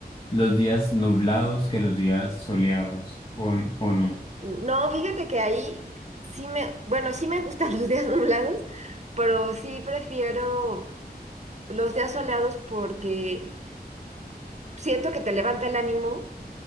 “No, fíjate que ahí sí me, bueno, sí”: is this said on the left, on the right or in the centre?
Right